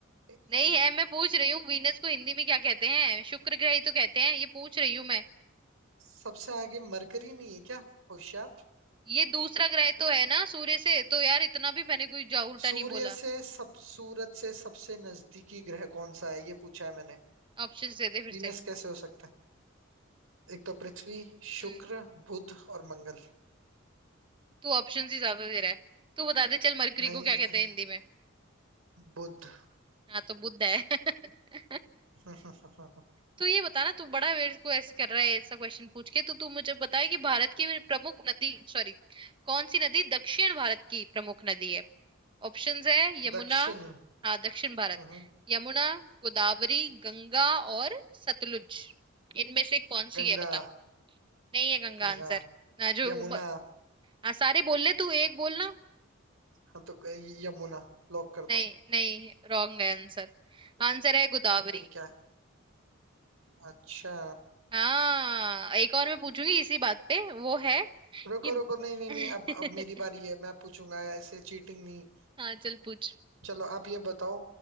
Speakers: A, on the right; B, on the right.
A: इ-
B: नहीं
A: इ-
B: है मैं पूछ रही हूँ वीनस को हिंदी में क्या कहते हैं शुक्र ग्रह ही तो कहते हैं ये पूछ रही हूँ मैं
A: सबसे आगे मरकरी नहीं है क्या होशियार
B: ये दूसरा ग्रह तो है ना सूर्य से तो यार इतना भी मैंने कोई जा उल्टा
A: सूर्य
B: नहीं बोला
A: से सब सूरज से सबसे नजदीकी ग्रह कौन सा है ये पूछा है मैंने
B: ऑप्शन दे दे फिर
A: वीनस
B: से
A: कैसे हो सकता है एक तो पृथ्वी शुक्र
B: हम्म
A: बुध और मंगल
B: तू ऑप्शन ही ज्यादा दे रहा है तू बता दे चल मरकरी
A: नहीं
B: को क्या कहते
A: इतना
B: हैं हिंदी में?
A: बुध
B: हाँ तो बुद्ध है <laughs>
A: <laughs>
B: तो ये बता ना तू बड़ा मेरे को ऐसे कर रहा है ऐसा क्वेश्चन पूछ के तो तू मुझे बता कि भारत की प्रमुख नदी सॉरी कौन सी नदी दक्षिण भारत की प्रमुख नदी है ऑप्शंस है यमुना
A: दक्षिण
B: हाँ दक्षिण भारत
A: हम्म,
B: यमुना गोदावरी गंगा और सतलुज इनमें से कौन
A: गंगा
B: सी है बता नहीं है गंगा
A: गंगा
B: आंसर ना जो
A: यमुना
B: ब... हाँ सारे बोल ले तू एक बोलना
A: हाँ तो ग- यमुना लॉक कर
B: नहीं
A: दो
B: नहीं रॉन्ग है आंसर आंसर है गोदावरी
A: तो फिर क्या है? अच्छा
B: हाँ एक और मैं पूछूंगी इसी बात पे वो है
A: रुको
B: कि
A: रुको नहीं नहीं
B: <laughs>
A: नहीं अब अब मेरी बारी है मैं पूछूंगा ऐसे चीटिंग नहीं
B: हाँ चल पूछ
A: चलो आप ये बताओ